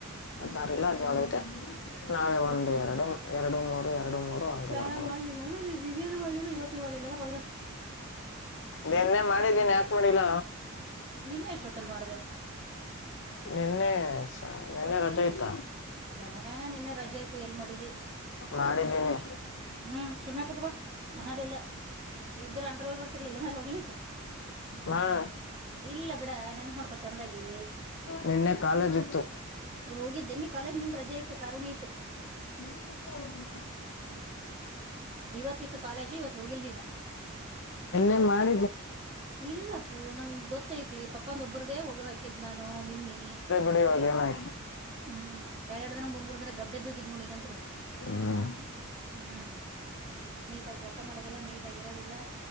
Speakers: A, on the left; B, on the right.
A: ಹದ್ಿನಾರ
B: ಹ್ಮ್
A: ಇಲ್ಲ ಹದಿನೇಳು ಐತೆ ನಾಳೆ ಒಂದು ಎರಡು ಎರಡು ಮೂರು ಎರಡು ಮೂರು ಹಂಗೆ
B: ಸರ
A: ಬರ್ಕೊಂಡು
B: ಮಾಡಲಿಲ್ಲಲ್ಲ
A: ಹೋಗ್ತೀವಿ
B: ಹಿರಿರುರ್ಲಿಲ್ಲ ಇವತ್ತುಲಿಲ್ಲಲ್ಲ ಪ
A: ನಿನ್ನೆ ಮಾಡಿದ್ದೀನಿ ಯಾಕ್ ಮಾಡಿಲ್ಲ
B: ನಿನ್ನ ಎಷ್ಟೊತ್ತಲ್ ಮಾಡ್ದ
A: ನಿನ್ನೆ ನಿೆನ್ನೆ ರಜಾಯ್ತಾ
B: ಗನಗಾಯಣ ನಿನ್ನೆ ರಜೆ ಆಯ್ತು ಎಲ್ ಮಾಡಿದ್ದಿ
A: ಮಾಡಿದ್ದೀನಿ
B: ಹ್ಮ್ ಸುಮ್ನೆ ಕುೂತ್ಕ ಮಡಿ ಇಲ್ಲ ಇದ್ರ ಅಂಡ್ರ ಬರ್ತಿರ್ಲಿಲ್ಲ ನ ಹೋಗ್ಲಿಕ್ಕೆ
A: ಹಾ
B: ಇಲ್ಲ ಬಿಡ ನೆನ್ ಚಂದಗಿ
A: ನಿನ್ನೆ ಕಾಲೇಜ್ ಇತ್ತು
B: ಹೋಗಿದ್ದೆನ್ನಿ ಕಾಲೇಜ್ ನಿನ್ ರಜೆ ಆ್ತು ಕರುಣೆ ಆ್ತು
A: ಎಲ್ಲಿ ಅವ
B: ಇವತ್ತಿತ್ತು ಕಾಲೇಜ್ ಇವತ್ ಹೋಗಿಲ್ಲ ನೀನು
A: ಎೆ ಮಾಡ
B: ಇಲ್ಲಪ್ಪೂ ನಂಗ ಗೊತ್ತೈತಿ ಪಪ್ಪಂದ ಒಬ್ಬ್ರ್ದೇ ಹೋಗದ್ ಹಾಕಿದ್ ನಾನು ನಿನ್ನಿ
A: <unintelligible>
B: ಹ್ಮ್ ಎರ ಎರಡು ದಿನ ಮೂರ್ ಮೂರು ದಿನ ಗಬ್ಬೆದ್ದು ಕಣ ನಂತ
A: ಹ್ಮ್
B: ಹ್ಮ್ ನೀತ ಚಕ್ಕ ಮಾಡೋದಿಲ್ಲ ನೀಟ್ ಆಗಿರೋದಿಲ್ಲ